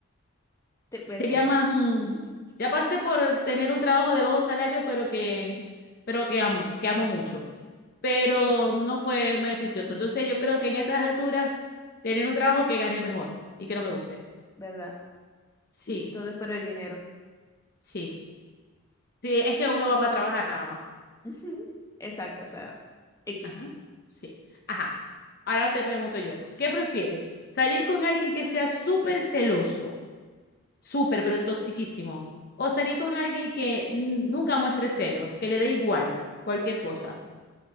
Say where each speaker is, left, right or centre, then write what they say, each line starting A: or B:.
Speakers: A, on the left; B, on the left.
A: Te, vete,
B: sería más.
A: <laughs>
B: mm, ya pasé por tener un trabajo de bajo salario, pero que, pero que amo, que amo mucho. Pero no fue beneficioso. Entonces yo creo que en estas alturas, tener un trabajo que gane mejor y que no me guste.
A: ¿verdad?
B: Sí,
A: Todo es por el dinero.
B: sí. Sí, es que uno va para trabajar nada más.
A: Ujú. Exacto, o sea, X.
B: Ajá. Sí. Ajá. Ahora te pregunto yo, ¿qué prefieres? ¿Salir con alguien que sea súper celoso? súper, pero toxiquísimo. O salir con alguien que n- nunca muestre celos, que le dé igual cualquier cosa.